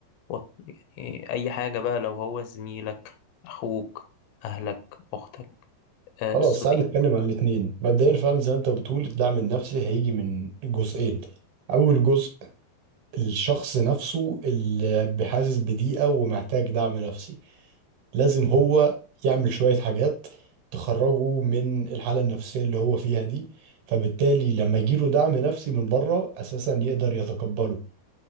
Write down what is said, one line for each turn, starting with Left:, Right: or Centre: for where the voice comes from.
Left: وط- يعني اي حاجة بقى لو هو زميلك اخوك اهلك اختك آه،
Right: خلاص
Left: الصديق
Right: تعال نتكلم عن الاتنين مبدئيا فعلا زي ما انت بتقول الدعم النفسي هيجي من جزئين اول جزء الشخص نفسه اللي بحاسس بضيقة ومحتاج دعم نفسي لازم هو يعمل شوية حاجات تخرجه من الحالة النفسية اللي هو فيها دي فبالتالي لما يجيله دعم نفسي من بره أساسا يقدر يتقبله